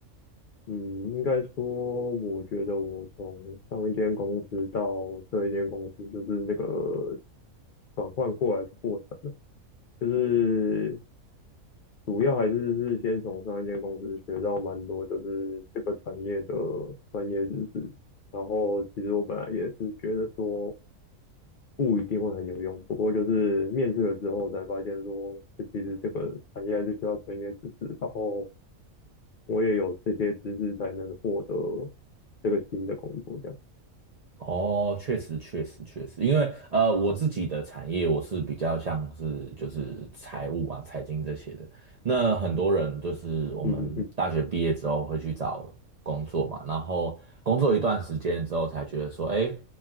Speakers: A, on the left; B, on the right.
A: 嗯，应该说，我觉得我从上一间公司到这一间公司，就是这个转换过来的过程，就是主要还是是先从上一间公司学到蛮多，就是这个产业的专业知识。然后其实我本来也是觉得说不一定会很有用，不过就是面试了之后才发现说，就其实这个产业还是需要专业知识，然后我也有这些知识才能获得这个新的工作，这样。
B: 哦，确实，确实，确实，因为呃，我自己的产业我是比较像是就是财务啊、财经这些的。那很多人就是我们大学毕业之后会去找工作嘛，
A: 嗯嗯嗯。
B: 然后工作一段时间之后才觉得说，哎。